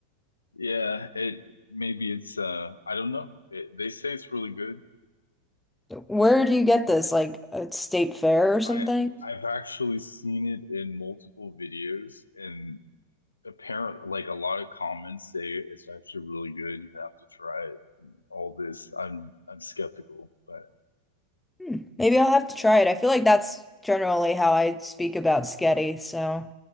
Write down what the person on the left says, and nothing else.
Yeah, it maybe it's uh I don't know. They they say it's really good.
I'm not
sure.
I I've actually seen it in multiple videos and apparently like a lot of comments say it's actually really good. You have to try it and all this. I'm I'm skeptical, but